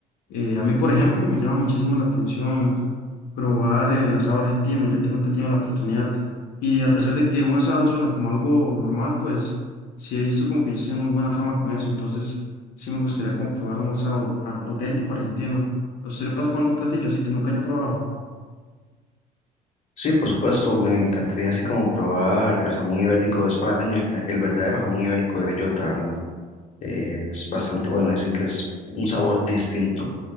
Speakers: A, on the left; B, on the left.
A: Eh, a mí, por ejemplo, me llama muchísimo la atención. probar el asado argentino, ya que nunca he tenido la oportunidad. Y a pesar de que un asado suena como algo normal, pues sí he visto como que ellos tienen muy buena fama con eso. Entonces sí me gustaría como probar un asado au- auténtico argentino. ¿A usted le pasa con algún platillo así que nunca haya probado?
B: Sí, por supuesto, me encantaría así como probar el jamón ibérico de España, el verdadero jamón ibérico de bellota, ¿verdad? Eh, es bastante bueno, dicen que es un sabor distinto.